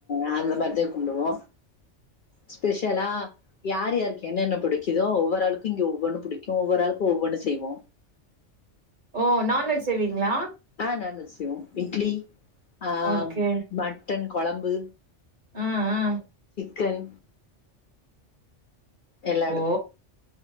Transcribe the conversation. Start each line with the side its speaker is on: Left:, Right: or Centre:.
Left: ஆ அந்த மாரி தா கும்டுவோ ஸ்பெஷலா யார் யாருக்கு என்னென்ன புடிக்குதோ ஒவ்வொரு ஆளுக்கு இங்க ஒவ்வொன்னு புடிக்கு ஒவ்வொரு ஆளுக்கு ஒவ்வொன்னு செய்வோ
Right: ஓ நான்வெஜ் செய்வீங்ளா.
Left: ஆ நான்வெஜ் செய்வோ இட்லி ஆ
Right: ஓகே
Left: மட்டன் கொழம்பு.
Right: ஆ ஆ..
Left: கன். எல்லாடும்
Right: ஓ